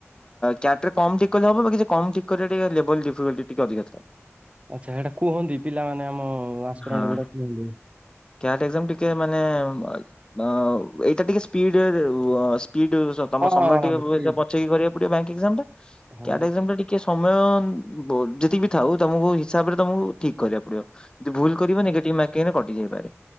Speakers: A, on the left; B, on the right.
A: କ୍ୟାଟରେ କମ ଠିକ୍ କଲେ ହବ ବାକି କମ ଠିକ୍ କରିବାଟା ଲେବୁଲ୍ ଡିଫିକ୍ଲ ରୁ ଟିକେ ଅଧିକାଥାଏ।
B: ଆଚ୍ଛା ହେଟା କୁହନ୍ତି ପିଲାମାନେ ଆମ ଆସ୍ଫେଢେ
A: ହଁ
B: ଗୁଡ଼ା କୁହନ୍ତି।
A: କ୍ୟାଟ୍ ଏକ୍ଜାମ୍ ଟିକେ ମାନେ ନଓ ଏଇଟା ଟିକେ ୱ ସ୍ପିଡ ସ୍ପିଡ ତମ
B: ହଁ
A: ସମୟ ଟିକେ
B: ସ୍ପିଡ୍।
A: ପଛେଇକି କରିବାକୁ ପଡିବ ବ୍ୟାଙ୍କ ଏକ୍ଜମ୍ ଟା
B: ହଁ
A: କ୍ୟାଟେ ଏକ୍କମ୍ ଟି କିଏ ସମୟ ବୋ ଯେତିକିବି ଥାଉ ତମକୁ ହିସାବରେ ତମକୁ ଠିକ୍ କରିବାକୁ ପଡିବ। ଯଦି ଭୁଲ୍ କରିବ ନେଗେଡିପ୍ ମର୍କ୍ ଙ୍ଗିରେ କଟି ଯାଇ ପାରେ।